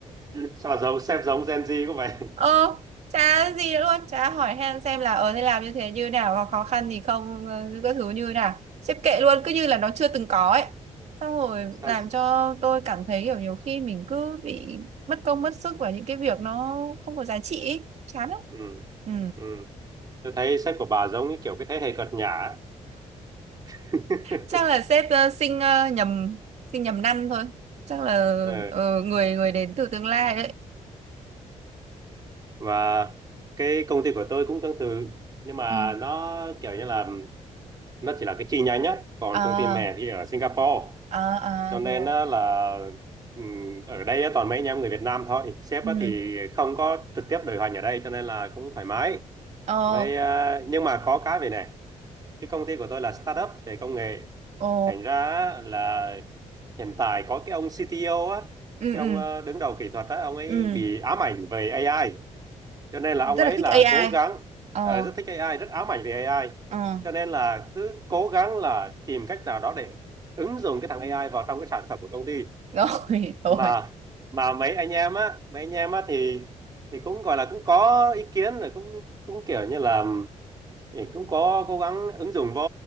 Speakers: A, on the right; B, on the right.
A: sao giống sếp giống Gen Z có vậy
B: Ờ, chả gì nữa luôn, chả hỏi han xem là ờ thế làm như thế như nào, có khó khăn gì không, ờ, các thứ như nào. Xếp kệ luôn, cứ
A: <laughs>
B: như là nó chưa từng có ấy. Xong rồi
A: sao
B: làm cho tôi cảm thấy kiểu nhiều khi mình cứ bị mất công mất sức vào những cái việc nó không có giá trị ấy. Chán lắm.
A: ừ
B: Ừ.
A: ừ Tôi thấy sếp của bà giống như kiểu cái thế hệ cợt nhả. ấy. <laughs>
B: Chắc là sếp ờ, sinh ờ, nhầm sinh nhầm năm thôi. Chắc là
A: Ờ,
B: ờ, người người đến từ tương lai đấy.
A: Và cái công ty của tôi cũng tương tự. Nhưng mà
B: Ừ.
A: nó kiểu như là nó chỉ là cái chi nhánh nhá. Còn
B: À,
A: công ty mẹ thì ở Singapore.
B: à,
A: Cho
B: à
A: nên
B: rồi.
A: á là ừm, ở đây á, toàn mấy anh em người Việt Nam thôi. Sếp
B: Ừ.
A: á thì không có trực tiếp điều hành ở đây cho nên là cũng thoải mái.
B: Ờ,
A: Với ờ, nhưng mà có cái về này. cái công ty của tôi là startup về công nghệ
B: ồ.
A: thành ra á, là hiện tại có cái ông CTO á
B: Ừ,
A: cái
B: ừ,
A: ông ờ, đứng đầu kỹ thuật á ông ấy
B: ừ.
A: bị ám ảnh về AI cho nên là ông
B: rất
A: ấy
B: là thích
A: là
B: AI
A: cố gắng
B: ờ
A: ờ, rất thích AI rất ám ảnh về AI
B: ờ
A: cho nên là cứ cố gắng là tìm cách nào đó để ứng dụng cái thằng AI vào trong cái sản phẩm của công ty
B: rồi <laughs>
A: mà
B: rồi
A: mà mấy anh em á mấy anh em á thì thì cũng gọi là cũng có ý kiến rồi cũng cũng kiểu như là thì cũng có cố gắng ứng dụng vô